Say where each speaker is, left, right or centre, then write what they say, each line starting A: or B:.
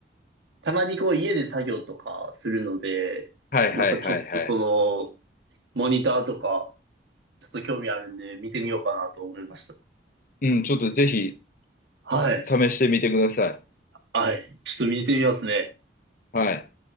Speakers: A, on the right; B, on the left.
A: う、たまにこう家で作業とかするので、
B: はいはいはいはい。
A: なんかちょっとその、モニターとか、ちょっと興味あるんで見てみようかなと思いました。
B: うん、ちょっとぜひ
A: はい。
B: 試してみてくださ
A: はい。ちょっと見てみますね。
B: い。はい。